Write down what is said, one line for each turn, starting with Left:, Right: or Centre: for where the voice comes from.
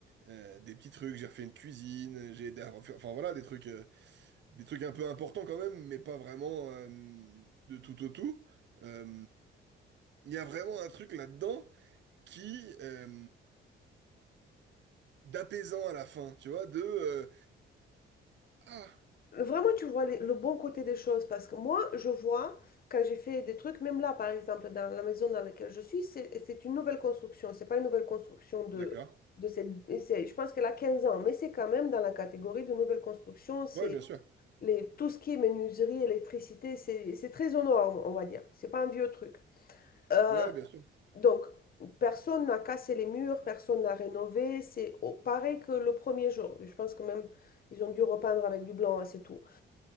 Right: euh, des petits trucs. J'ai refait une cuisine, j'ai aidé à refaire, enfin voilà, des trucs, euh, des trucs un peu importants quand même, mais pas vraiment euh, de tout au tout. Euh, Il y a vraiment un truc là-dedans qui, euh, d'apaisant à la fin, tu vois, de euh, ah,
Left: Vraiment, tu vois les- le bon côté des choses parce que moi, je vois quand j'ai fait des trucs, même là, par exemple, dans la maison dans laquelle je suis, c'est c'est une nouvelle construction. C'est pas une nouvelle construction de,
Right: d'accord,
Left: de cette. et c'est- Je pense qu'elle a 15 ans, mais c'est quand même dans la catégorie de nouvelle construction. C'est
Right: ouais, bien sûr,
Left: les, tout ce qui est menuiserie, électricité, c'est c'est très aux normes, on va dire. C'est pas un vieux truc. Euh,
Right: ouais, bien sûr,
Left: donc, personne n'a cassé les murs, personne n'a rénové. C'est au- pareil que le premier jour. Je pense que même, ils ont dû repeindre avec du blanc et c'est tout.